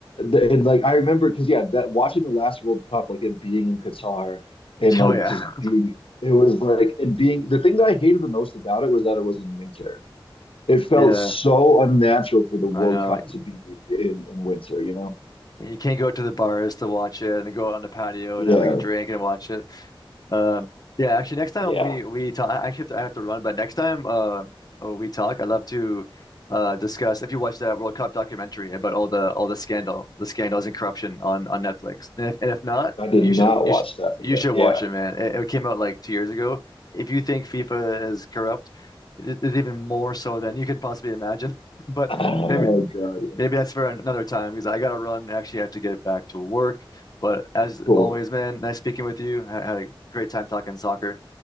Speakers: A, on the left; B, on the left.
A: th- and like I remember because yeah, that watching the last World Cup, like it being in Qatar and
B: <laughs>
A: like
B: Oh yeah.
A: just being It was like, and being the thing that I hated the most about it was that it was in winter it felt
B: <laughs> Yeah.
A: so unnatural for the World
B: I know.
A: Cup to be in, in winter, you know?
B: You can't go to the bars to watch it and go out on the patio
A: Yeah.
B: and have like a drink and watch it. Um, yeah, actually, next time
A: Yeah.
B: we we talk, I actually have to, I have to run, but next time um uh, we talk, I'd love to uh discuss if you watch that World Cup documentary about all the all the scandal, the scandals and corruption on on Netflix. And if and if not,
A: I did
B: you
A: not
B: should you
A: watch
B: should
A: that for
B: you
A: that.
B: should
A: Yeah.
B: watch it, man. It, it came out like two years ago. If you think FIFA is corrupt, it, it's even more so than you could possibly imagine. <laughs> But
A: <sighs> Oh
B: maybe,
A: God. yeah.
B: maybe that's for another time because I got to run. Actually, I have to get back to work. But as
A: Cool.
B: always, man, nice speaking with you. I had a great time talking soccer